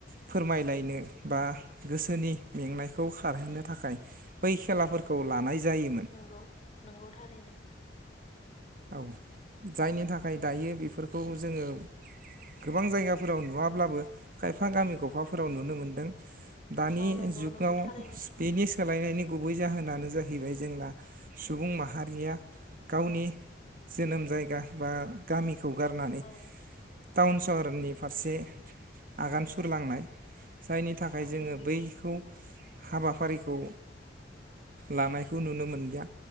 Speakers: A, on the right; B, on the left.
A: फोरमायलायनो बा गोसोनि मेंनायखौ खारहोनो थाखाय बै खेलाफोरखौ लानाय जायोमोन
B: नोंगौ नंगौ थारैनो।
A: औ जायनि थाखाय दायो बेफोरखौ जोङो गोबां जायगाफोराव नुवाब्लाबो खायफा गामि गफाफोराव नुनो मोनदों दानि
B: औ नंगौ
A: जुगाव
B: नंगौ थारैनो
A: सो बेनि सोलायनायनि गुबै जाहोनानो जाहैबाय जोंना सुबुं माहारिया गावनि जोनोम जायगा बा गामि खौ गारनानै
B: औ
A: टाउन सहरनि फारसे आगान सुरलांनाय जायनि थाखाय
B: औ
A: जोङो
B: नंगौ
A: बैखौ हाबाफारिखौ लानायखौ नुनो मोनलिया